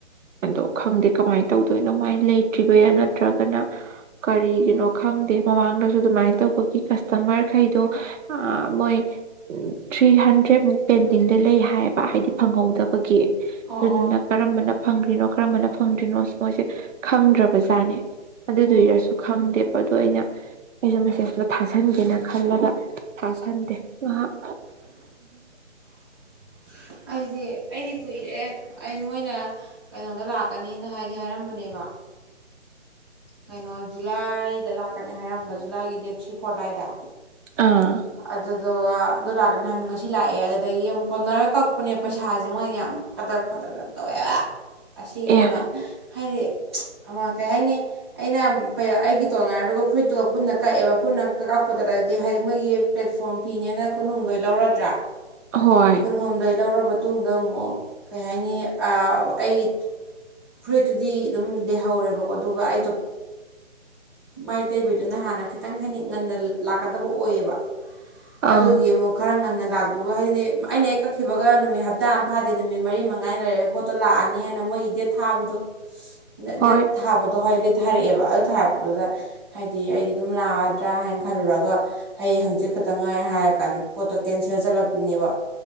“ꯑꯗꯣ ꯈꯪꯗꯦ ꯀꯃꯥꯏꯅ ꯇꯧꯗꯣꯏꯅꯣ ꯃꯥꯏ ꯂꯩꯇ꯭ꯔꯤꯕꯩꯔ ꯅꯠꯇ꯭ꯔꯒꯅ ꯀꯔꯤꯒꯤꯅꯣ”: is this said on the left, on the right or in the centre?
Right